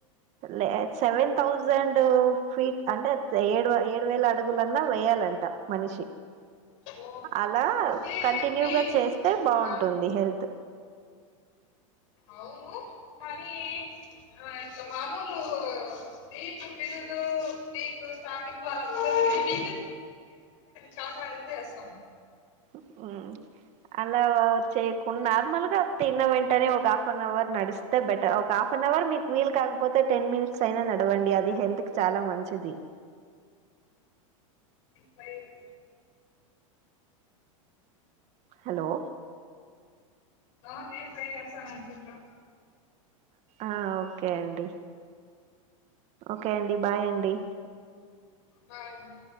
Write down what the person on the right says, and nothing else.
లెద్ సెవెన్ థౌజండ్ ఫీట్ అంటే ఏడు ఏడు వేల అడుగులన్నా వేయాలంట మనిషి కి చెఅలా
కంటిన్యూగా
చేస్తే బాగుంటుంది
హెల్త్
ఉ అలా వ చేయకుండా నార్మల్ గా తిన్న వెంటనే ఒక హాఫ్ అన్ అవర్ నడిస్తే బెటర్ ఒక హాఫ్ అన్ అవర్ మీకు వీలు కాకపోతే టెన్ మినిట్స్ అయినా నడవండి అది హెల్త్ కి చాలా మంచిది.
హలో
ఆ ఓకే అండి ఓకే అండి బాయ్ అండి